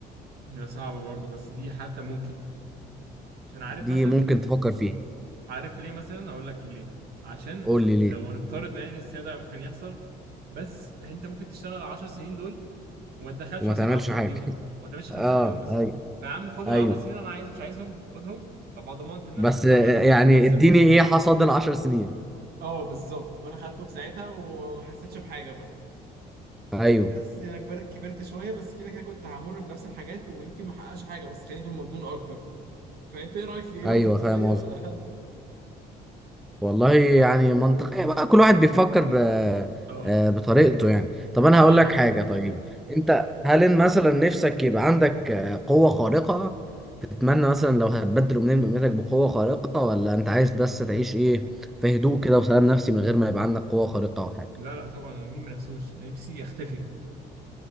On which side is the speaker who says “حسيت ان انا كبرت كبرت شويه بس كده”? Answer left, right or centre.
Right